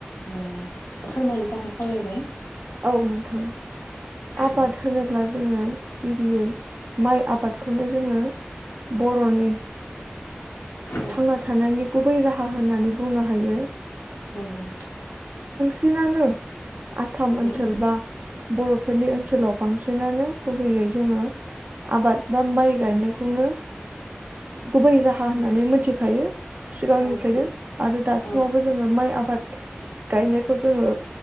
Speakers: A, on the left (about 75°); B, on the right (about 40°).
A: होम फोरमायनो थाखाय खावलायबाय
B: औ नोंथां आबाद
A: औ
B: होनोब्ला जोङो गिबियै माइ आबादखौनो जोङो बर'नि
A: औ
B: थांना थानायनि गुबै राहा होननानै बुंनो हायो
A: नंगौ
B: सिनानो आसाम
A: नंगौ
B: ओनसोल बा बर' बेफोरनि ओनसोलाव बांसिनानो गुबैयै जोङो आबाद बा माइ गायनायखौनो गुबै राहा होननानै मिथिखायो सिगांनिफ्रायनो
A: औ नंगौ
B: आरो दासिमावबो
A: औ
B: जोङो माइ आबाद गायनायखौ जोङो